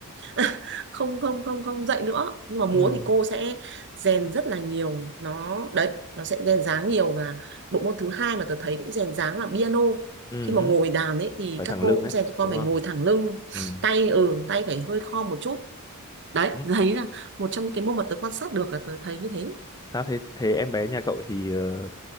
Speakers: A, on the right; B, on the left.
A: <laughs> không không không không dạy nữa. Nhưng mà múa
B: ừ
A: thì cô sẽ rèn rất là nhiều nó đấy nó sẽ rèn dáng nhiều mà bộ môn thứ hai mà tớ thấy cũng rèn dáng là piano
B: ừ
A: khi mà ngồi đàn ấy thì
B: phải
A: các
B: thẳng
A: cô
B: lưng
A: cũng
B: đấy
A: rèn cho con
B: đúng
A: phải
B: không
A: ngồi thẳng lưng
B: ừ
A: tay ừ tay phải hơi khom một chút đấy
B: Ừ.
A: <laughs> đấy là một trong những cái môn mà tớ quan sát được là tớ thấy như thế
B: sao thế thế em bé nhà cậu thì ờ,